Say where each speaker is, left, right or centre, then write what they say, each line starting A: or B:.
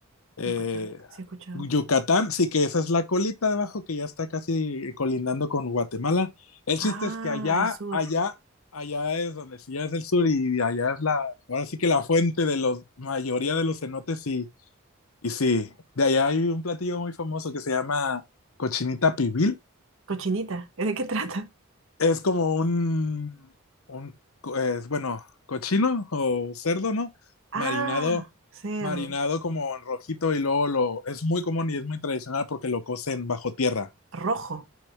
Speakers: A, on the left (about 75°); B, on the right (about 65°).
A: Eh,
B: Yucatán. Sí he escuchado.
A: Yucatán, sí que esa es la colita de abajo que ya está casi colindando con Guatemala. El
B: Ah,
A: chiste es que allá,
B: el sur.
A: allá, allá es donde sí ya es el sur y allá es la, ahora sí que la fuente de la mayoría de los cenotes y, y sí, de allá hay un platillo muy famoso que se llama cochinita pibil
B: Cochinita. ¿De qué <laughs> trata?
A: es como un, un co- es, bueno, cochino o cerdo, ¿no?
B: Ah,
A: Marinado,
B: cerdo.
A: marinado como en rojito y luego lo, es muy común y es muy tradicional porque lo cocen bajo tierra.
B: Rojo.